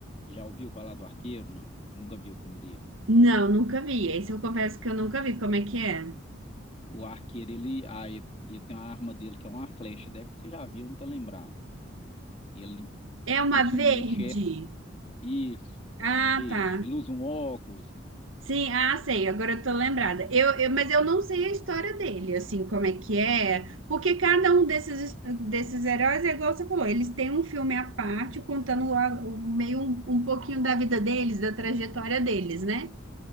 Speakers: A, on the left; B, on the right.
A: já ouviu falar do Arqueiro? Não, nunca viu o filme dele.
B: Não, nunca vi. Esse eu confesso que eu nunca vi. Como é que é?
A: O Arqueiro, ele, ah, ele, ele tem uma arma dele que é uma flecha, deve que você já viu, não tá lembrado. Ele
B: É
A: dificilmente
B: uma verde.
A: é isso, é uma
B: Ah,
A: verde.
B: tá.
A: Ele usa um óculos.
B: Sim, ah, sei. Agora eu tô lembrada. Eu, eu, mas eu não sei a história dele, assim, como é que é. Porque cada um desses, desses heróis é igual você falou. Eles têm um filme à parte contando a- o- meio um, um pouquinho da vida deles, da trajetória deles, né?